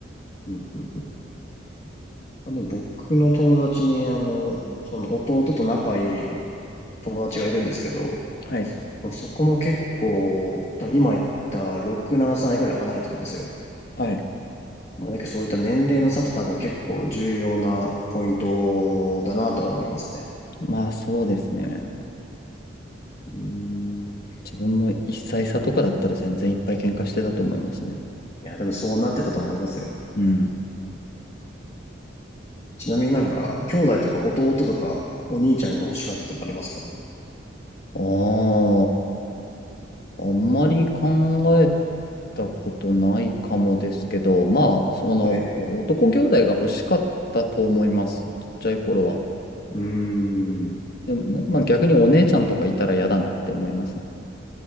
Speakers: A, on the left (about 30°); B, on the left (about 50°).
A: うんうんあの、僕の友達に、あの、その弟と仲いい友達がいるんですけど、
B: はい。
A: そこも結構、多分今言った6、7歳ぐらい離れてるんですよ。
B: はい。
A: まあ、だけどそういった年齢の差って多分結構重要なポイントだなとは思いますね。
B: まあそうですね。
A: うん。
B: 自分も一歳差とかだったら全然いっぱい喧嘩してたと思いますね。
A: いや、多分そうなってたと思いますよ。
B: うん。
A: ちなみになんか、兄弟とか弟とかお兄ちゃんが欲しかったとかありますか
B: ああ、あんまり考えたことないかもですけど、まあ、その、
A: はい。
B: 男兄弟が欲しかったと思います。ちっちゃい頃は。
A: うーん。
B: でも、なまあ逆にお姉ちゃんとかいたら嫌だなって思いますね。